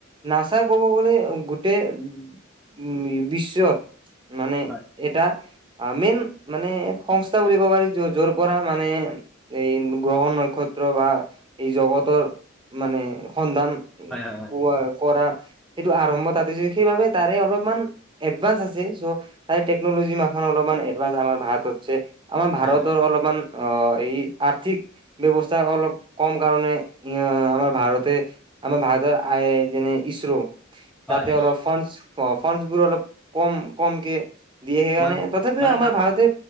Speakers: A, on the right; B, in the centre.
A: নাচা ক'ব গ'লে গোটেই উম বিশ্বত মানে
B: হয়
A: এটা মেইন মানে সংস্থা বুলি ক'ব পাৰি, যত যোৰ পৰা মানে এই গ্ৰহণ নক্ষত্ৰ বা এই জগতৰ। মানে সধান
B: হয় হয় হয়।
A: ক কৰা সেইটো আৰম্ভ তাছো সেইবাবে তাৰে অলপমান এডভান্স আছে, চ' তাই টেকনলজি মাখ অলপমান এডভানস আমাৰ ভাৰততছে আমাৰ ভাৰত
B: হয়
A: অপমান এই আৰ্থিক ব্যৱস্থা অলপ কম কাৰণে এ আমাৰ ভাৰতে আমাৰ ভাৰতৰ আই যেনে ইঈছ্ৰো
B: হয়
A: তাতে
B: হয় হয়
A: অলপ ফণ্ডছ অঁ ফাণ্ডছবোৰ অলপ কম কমকে দিয়ে সেইকাৰণে
B: মানে
A: তথাপিও
B: মানে
A: আমাৰ
B: না
A: ভাৰতে